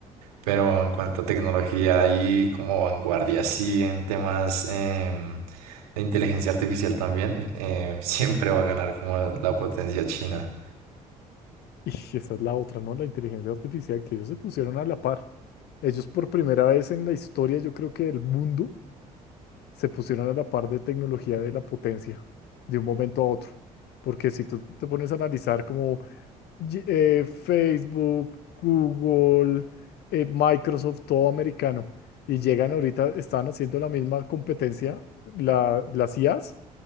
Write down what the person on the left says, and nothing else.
Y esa es la otra, ¿no? La inteligencia artificial, que ellos se pusieron a la par. Ellos por primera vez en la historia, yo creo que del mundo, se pusieron a la par de tecnología de la potencia de un momento a otro. Porque si tú te pones a analizar como ye- eh, Facebook, Google, eh, Microsoft, todo americano, y llegan ahorita, están haciendo la misma competencia, la, las IAs,